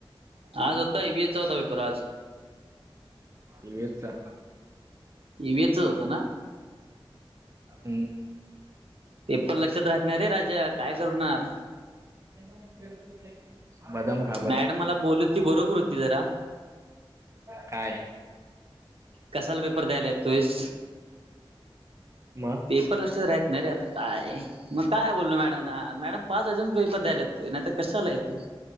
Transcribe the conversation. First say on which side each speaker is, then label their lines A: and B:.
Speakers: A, on the right; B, on the right.
A: आज होता ई व्ही एस चा पेपर होता आज.
B: ई व्ही एस चा
A: ईव्हीएसचाच होता ना
B: हम्म.
A: पेपर लक्षात राहत नाही रे राजा काय करणार
B: त्यां <inaudible> बदम खा
A: मॅडम मला बोली, ती बरोबर होती जरा
B: काय?
A: कशाला पेपर द्यायला येतोयस?
B: म?
A: पेपर लक्षात राहत नाही रे आता काय, मग काय बोललो मॅडम ना, मॅडम पाच अजून पेपर द्यायलेत, नाही तर कशाला येतोय?